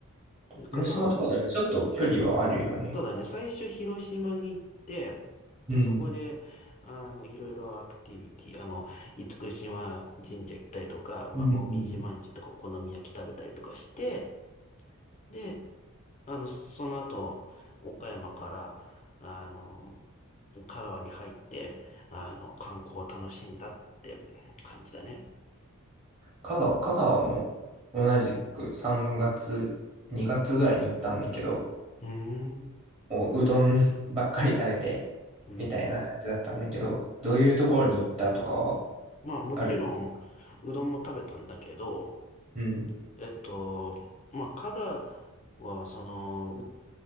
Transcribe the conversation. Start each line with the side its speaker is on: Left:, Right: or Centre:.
Left: 香川、
Right: 広島とかでもちょっと距離はあるよね。
Left: そうだね、最初広島に行って、で、
Right: うん。
Left: そこで、あの、いろいろアクティビティ、あの、厳島神社行ったりとか、まあ、
Right: うん。
Left: もみじまんじゅうとかお好み焼き食べたりとかして、で、あの、その後、岡山から、あの、香川に入って、あの、観光を楽しんだって感じだね。
Right: 香川、香川も同じく3月、2月ぐらいに行ったんだけど、
Left: うーん。
Right: もううどん <laughs> ばっかり食べて、
Left: うん。
Right: みたいな感じだったんだけど、どういうところに行ったとかは
Left: まあ、もちろん、
Right: ある
Left: うどんも食べたんだけど、
Right: うん。
Left: えっと、まあ、香川は、その、